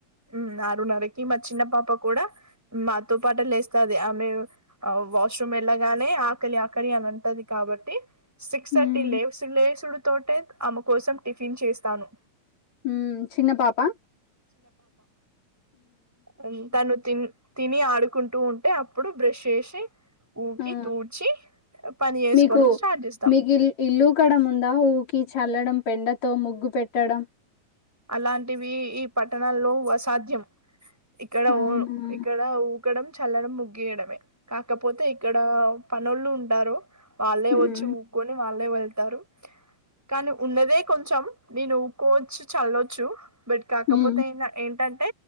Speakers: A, in the centre; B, on the left (about 60°).
A: ఉ నారున్నరకి మా చిన్న పాప కూడా, మాతో పాటె లేస్తది ఆమె వాష్రూమ్ వెళ్ళగానే ఆకలి ఆకలి అని అంటది కాబట్టి స్సటి
B: ఉమ్
A: లేసుడు లేసుడు తోటే ఆమ కోసం టిఫిన్ చేస్తాను.
B: ఊమ్ చిన్న పాపా
A: తన్ తను తిన్ తిని ఆ పడుకుంటూ ఉంటే అప్పుడు బ్రష్ ఏషి ఊకి
B: ఆ
A: తూడ్చి పని ఎసుకోవడం
B: మీకు
A: స్టార్ట్ చేస్తాం.
B: మీకు ఇల్ ఇల్లు కడం ఉందా ఊకి చల్లడం పెండతో ముగ్గు పెట్టడం.
A: అలాంటివి ఈ పట్టణంలో అసాధ్యం. ఇక్కడవు
B: అవునా
A: ఇక్కడ వు ఊకడం, చల్లడం, ముగ్గు ఏయడమే. కాకపోతే ఇక్కడా పనోళ్ళు ఉంటారు. వాళ్ళే
B: ఉమ్
A: వచ్చి ఊక్కొని వాళ్ళే వెళ్ తారు. కాని ఉన్నదే కొంచం నేను ఉకోచ్చు ఛల్లొచ్చు. బట్ కాకపోతే
B: ఉమ్
A: ఏంద ఏంటంట్ అంటే,